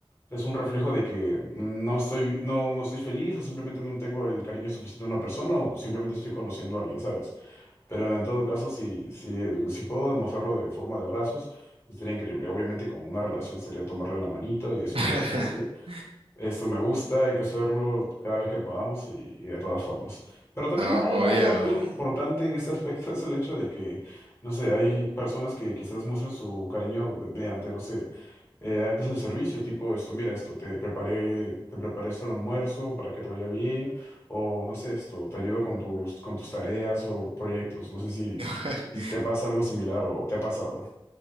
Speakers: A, on the left; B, on the right.
A: es un reflejo de que no estoy, no, no estoy feliz o simplemente no tengo el cariño suficiente a una persona o simplemente estoy conociendo a alguien, ¿sabes? Pero en todo caso, si, si, si puedo demostrarlo de forma de abrazos, sería increíble. Obviamente con una relación sería tomarle la manito y decirle,
B: <laughs>
A: oye, ¿sabes qué? Esto me gusta, hay que hacerlo cada vez que podamos y, y de todas formas. Pero también
B: No,
A: algo,
B: obvio.
A: algo importante en este aspecto <laughs> es el hecho de que, no sé, hay personas que quizás muestren su cariño de- mediante, no sé, eh, actos de servicio, tipo esto, mira esto, te preparé, te preparé esto al almuerzo para que te vaya bien, o no sé, esto, te ayudo con tus, con tus tareas o proyectos. No sé si,
B: <laughs>
A: si te pasa algo similar o te ha pasado.